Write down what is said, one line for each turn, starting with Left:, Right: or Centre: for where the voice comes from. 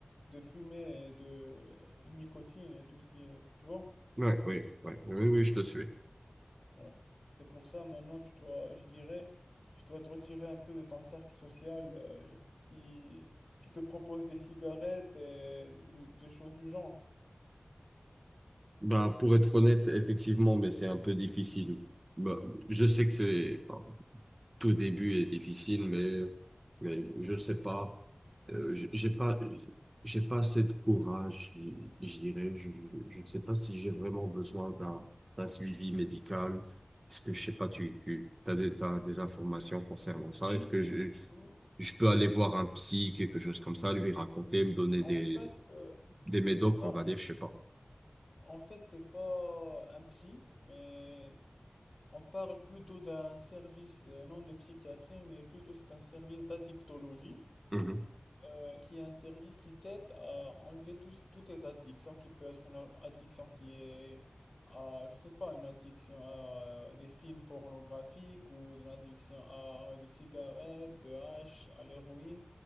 Left: de fumée et de euh, nicotine et tout ce qui est, tu vois?
Right: Ouais, oui, oui, oui, oui, je te suis.
Left: Ouais. C'est pour ça maintenant tu dois, je dirais, tu dois te retirer un peu de ton cercle social euh, qui, qui te propose des cigarettes et des des choses du genre.
Right: Bah, pour être honnête, effectivement, mais c'est un peu difficile. Bah, je sais que c'est, enfin, tout début est difficile, mais, mais je sais pas. Euh, j- j'ai pas, j'ai pas assez de courage, je je dirais. Je, je je ne sais pas si j'ai vraiment besoin d'un, d'un suivi médical. Est-ce que, je sais pas, tu, tu, t'as des, t'as des informations concernant ça?
Left: Oui,
Right: Est-ce que
Left: oui,
Right: je,
Left: oui.
Right: je peux aller voir un psy, quelque chose comme ça, lui raconter, me donner
Left: En
Right: des,
Left: fait, euh,
Right: des médocs,
Left: c'est pas,
Right: on va dire, je sais pas.
Left: en fait, c'est pas un psy, mais on parle plutôt d'un service, euh, non de psychiatrie, mais plutôt c'est un service d'addictologie,
Right: Mhm,
Left: euh, qui est un service qui t'aide à enlever tous- toutes tes addictions, qui peut être une a- addiction qui est à, je sais pas, une addiction à euh, des films pornographiques ou une addiction à des cigarettes, de hash, à l'héroïne.